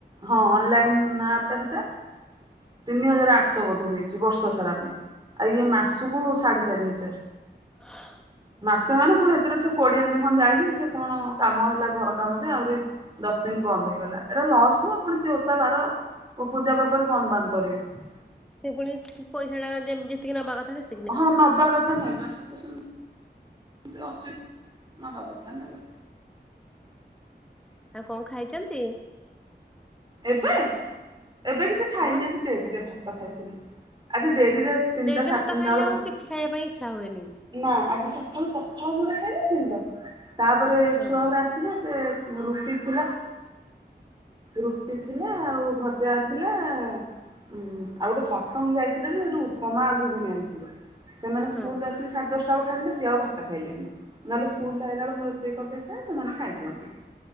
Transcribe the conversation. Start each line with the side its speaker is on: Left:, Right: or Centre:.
Right: ହଁ ଅ ନଲାଇନ ଆପଟା ସେଟା ତିନି ହଜାର ଆଠଶହ ବୋଧେ ଦେଇଛି ବର୍ଷ ସାରା ପାଇଁ। ଆ ଇଏ ମାସକୁ ସାଢେ ଚାରି ହଜାର।
Centre: <inaudible>
Right: ମାସେ ମାନେ ପୁଣି ଏଥିରେ ସେ କୋଡିଏ ଦିନି ଖଣ୍ଡ ଯାଇଛି ସେ କଣ କାମ ହେଲା ଘର କାମ ଯେ ଆହୁରି ଦଶ ଦିନ ବନ୍ଦ ହେଇଗଲା ଏରା ଲସ ନା ପୁଣି ସେ ଓଷା ବାର ଓ ପୂଜା ପର୍ବରେ ବନ୍ଦ ବାନ୍ଦ କରିବେ।
Centre: ସେ ପୁଣି ପଇସାଟା ଯେମ ଯେତିକି ନବା କଥା ସେ
Right: ହଁ ନବା କଥା ନେବେ ସେ ତ ସେମ୍ ଯେ ଅଛି ନବା କଥା ନେବେ।
Centre: ଆଉ କଣ ଖାଇଛନ୍ତି।
Right: ଏବେ ଏବେ କିଛି ଖାଇନି
Centre: ହଁ
Right: ଆଜି ଡେରିରେ ଭାତ ଖାଇଥିଲି ଆଜି ଡେରିରେ ତିନିଟା
Centre: ଡେରିରେ
Right: ସାଢେ
Centre: ଭାତ
Right: ତିନିଟା
Centre: ଖାଇଲେ
Right: ବେଳୁ
Centre: ଆଉ କିଛି ଖାଇବା ପାଇଁ ଇଚ୍ଛା ହୁଏନି।
Right: ନା ଆଜି ସକାଳୁ ପଖାଳ ମୁଠେ ଖାଇ ଦେଇଥିଲି ତ ତାପରେ
Centre: ହଁ
Right: ଛୁଆ ଉରା ଆସି ଥିଲେ ସେ ରୁଟି ଥିଲା ରୁଟି ଥିଲା ଆଉ ଭଜା ଥିଲା ହୁଁ ଆଉ ଗୋଟେ ସତ୍ସଙ୍ଗ ଯାଇଥିଲେ ଯେ ହେଟୁ ଉପମା ଆଉ ଘୁଗୁନି ଆଣିଥିଲେ। ସେମାନେ ସ୍କୁଲରୁ
Centre: ହଁ
Right: ଆସିକି ସାଢେ ଦଶଟା ବେଳୁ ଖାଇଦେଲେ ସିଏ ଆଉ ଭାତ ଖାଇଲେନି। ନହେଲେ ସ୍କୁଲରୁ ଆଇଲା ବେଳେ ମୁଁ ରୋଷେଇ କରିଦେଇଥାଏ ସେମାନେ ଖାଇଦିଅନ୍ତି।